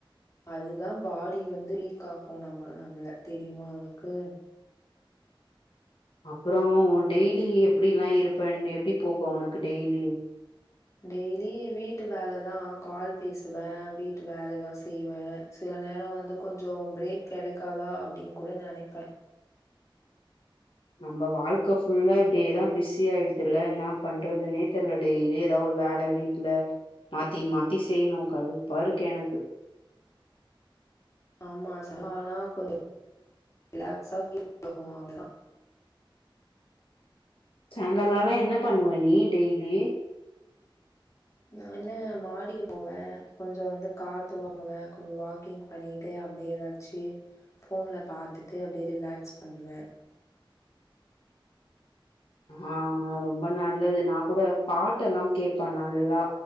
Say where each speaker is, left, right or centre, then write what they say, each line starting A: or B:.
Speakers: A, on the left; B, on the left.
A: அதுதா பாடி வந்து வீக் ஆக்கு நம நம்மள தெரியுமா உனக்கு
B: அப்புறோ டெய்லி எப்டில்லா இருப்பென் எப்டி போகு உனக்கு டெய்லி
A: டெய்லி வீட்டு வேலதா கால் பேசுவே வீட்டு வேலைலா செய்வே சில நேரொ வந்து கொஞ்சொ பிரேக் கெடைக்காதா அப்டின் கூட நெனைப்பே
B: நம்ம வாழ்க்க ஃபுல்லா இப்டியேதா பிஸியாய்டுதுல னா பண்றதுனே தெர்ல டெய்லி ஏதாவொரு வேல வீட்ல மாத்தி மாத்தி செய்ணு கடுப்பாருக்கு எனக்கு
A: ஆமாச ஆனா கொஞ் ரிலாக்ஸா ஃபீல் ஆகு அவ்ளொதா
B: சாங்காலாலா என்ன பண்ணுவ நீ டெய்லி
A: நான்னு மாடிக்கு போவே கொஞ்சொ வந்து காத்து வாங்குவே கொஞ்சொ வாக்கிங் பணீட்டு அப்டியெதாச்சி போன்ல பாத்துட்டு அப்டியே ரிலேக்ஸ் பண்ணுவே
B: ஆ ரொம்ப நல்லது நான் கூட பாட்டெல்லா கேட்பே நல்லா